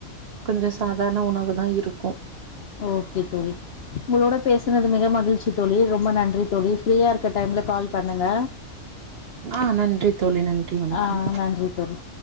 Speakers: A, on the right (about 55°); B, on the left (about 55°).
A: கொஞ்சோ சாதாரண உணவு தா இருக்கு
B: ஓகே தோழி உங்களோட பேசுனது மிக மகிழ்ச்சி தோழி ரொம்ப நன் றி தோழி ஃப்ரியா இருக்க டைம்லே கால் பண்ணுங்க
A: ஆ நன்றி தோழி நன்றி வணக்கம்
B: ஆஹ் நன்றி தோழி